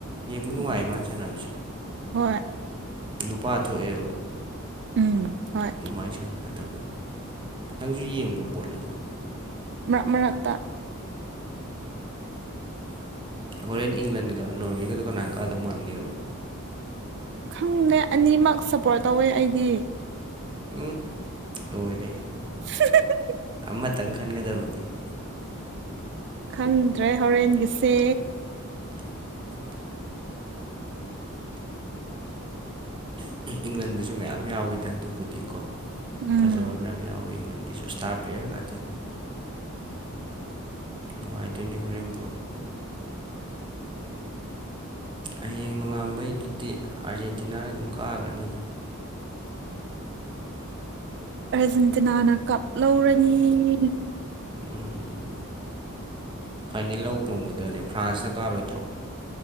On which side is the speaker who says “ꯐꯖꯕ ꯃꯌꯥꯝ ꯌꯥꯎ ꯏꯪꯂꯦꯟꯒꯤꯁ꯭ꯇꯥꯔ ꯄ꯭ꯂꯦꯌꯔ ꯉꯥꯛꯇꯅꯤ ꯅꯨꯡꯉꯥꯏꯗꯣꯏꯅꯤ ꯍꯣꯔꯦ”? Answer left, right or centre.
Right